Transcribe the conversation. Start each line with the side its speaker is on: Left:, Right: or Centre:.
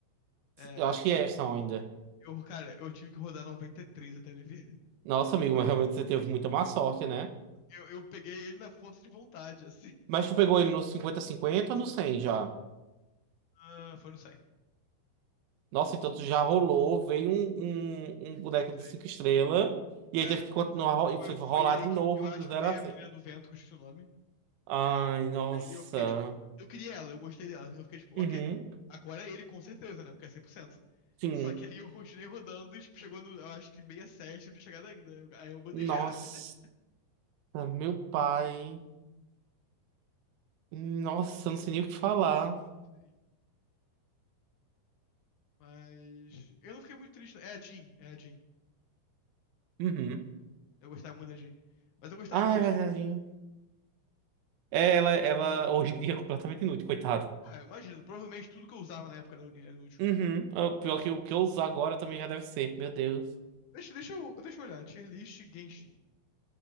Left: É,
Right: Eu acho que é essa ainda.
Left: eu, cara, eu tive que rodar 93 até ele vir.
Right: Nossa, amigo, mas realmente você teve muita má sorte, né?
Left: Eu, eu peguei ele na força de vontade, assim.
Right: Mas tu pegou ele no cinquenta cinquenta ou no 100 já?
Left: Ah, foi no 100.
Right: Nossa, então tu já rolou, veio um, um, um boneco
Left: Sei.
Right: de 5 estrelas e aí
Left: É,
Right: teve que continuar ro- e
Left: Foi,
Right: foi rolar
Left: foi aí
Right: de
Left: que
Right: novo
Left: eu acho
Right: do zero
Left: que veio
Right: a
Left: a
Right: cem
Left: menina do vento, que eu esqueci o nome.
Right: Ai,
Left: Ah,
Right: nossa.
Left: e aí eu fiquei, tipo, eu queria ela, eu gostei dela. Eu fiquei, tipo,
Right: Uhum,
Left: ok, agora é ele com certeza, né? Porque é cem por cento
Right: Sim.
Left: Só que aí eu continuei rodando e, tipo, chegou no, eu acho que 67, não tinha chegado ainda. Eu- aí eu botei
Right: Nossa,
Left: dinheiro. <laughs>
Right: meu pai. Nossa, eu não sei nem o que falar.
Left: Sim. Mas eu não fiquei muito triste. não. É a Jean, é a Jean.
Right: Uhum.
Left: Eu gostava muito da Jean. Mas eu gostava
Right: Ah,
Left: do meu
Right: é
Left: time.
Right: verdade. É, ela, ela hoje em dia é completamente inútil, coitado.
Left: Ah, eu imagino, provavelmente tudo que eu usava na época era, era útil.
Right: Uhum. É O pior que o que eu usar agora também já deve ser, meu Deus.
Left: Deixa, deixa eu, deixa eu olhar, tier list Genshin.